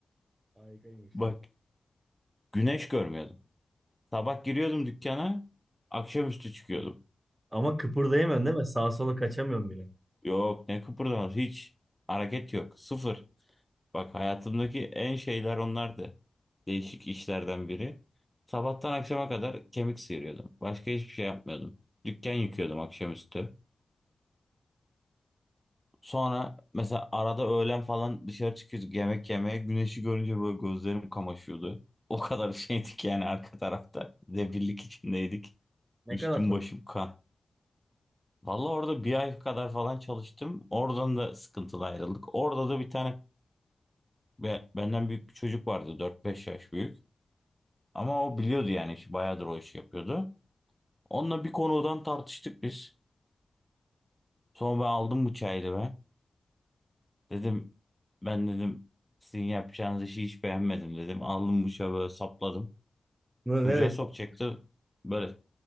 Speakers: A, on the right; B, in the centre.
A: Harikaymış.
B: Bak güneş görmüyordum. Sabah giriyordum dükkana, akşamüstü çıkıyordum.
A: Ama kıpırdayamıyorsun değil mi? Sağa sola kaçamıyorum bile.
B: Yok ne kıpırdamaz hiç. Hareket yok. Sıfır. Bak hayatımdaki en şeyler onlardı. Değişik işlerden biri. Sabahtan akşama kadar kemik sıyırıyordum. Başka hiçbir şey yapmıyordum. Dükkan yıkıyordum akşamüstü. Sonra mesela arada öğlen falan dışarı çıkıyorduk yemek yemeye. Güneşi görünce böyle gözlerim kamaşıyordu. O kadar şeydik yani arka tarafta. Debillik içindeydik.
A: Ne
B: Üstüm
A: kadar çok.
B: başım kan. Vallahi orada bir ay kadar falan çalıştım. Oradan da sıkıntılı ayrıldık. Orada da bir tane ve benden büyük bir çocuk vardı dört beş yaş büyük. Ama o biliyordu yani işi bayağıdır o işi yapıyordu. Onunla bir konudan tartıştık biz. Sonra ben aldım bıçağı elime. Dedim ben dedim sizin yapacağınız işi hiç beğenmedim dedim. Aldım bıçağı böyle sapladım.
A: Bunu
B: Çocuğa
A: nereye sattın?
B: sokacaktı böyle